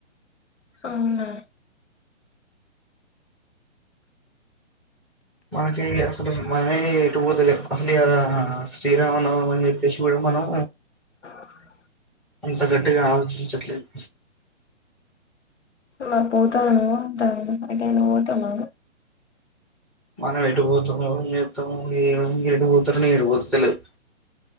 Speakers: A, on the left; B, in the centre.
A: అవునా
B: మనకి అసలు మనమే ఎటు పోతలేము అసలు ఇగా శ్రీరామనవమి అని చెప్పేసి కూడా మనం
A: <inaudible>
B: అంత గట్టిగా ఆలోచించట్లేదు
A: మార్ పోతనమ్మ దొంగ ముండా ఎటైనా పోతామా
B: మనం ఎటు పోతాము ఏం మీరు ఏటు పోతారు నేను ఎటు పోతాను తెలీదు